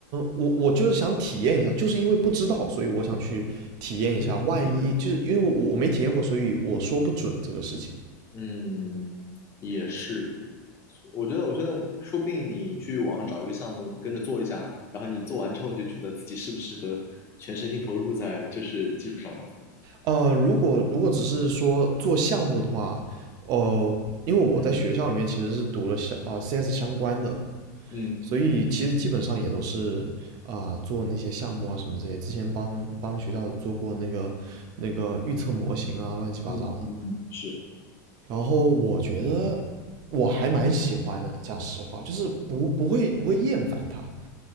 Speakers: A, on the right; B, on the left.
A: 我我就是想体验一下，就是因为不知道，所以我想去体验一下。
B: 嗯，
A: 万一就是因为我我没体验过，
B: 是的。
A: 所以我说不准这个事情。
B: 嗯，也是，我觉得，我觉得，说不定你去网上找一个项目跟着做一下，然后你做完之后，你就觉得自己适不适合全身心投入在就是技术上了。
A: 呃，如果如果只是说做项目的话，呃，因为我在学校里面其实是读了相啊、
B: 嗯
A: CS 相关的，
B: 嗯
A: 所以其实基本上也都是啊、做那些项目啊什么这些。之前帮帮学校做过那个那个预测模型啊，乱七八糟的。
B: 嗯嗯，是，
A: 然后我觉得我还蛮喜欢的，讲实话，就是不不会不会厌烦他。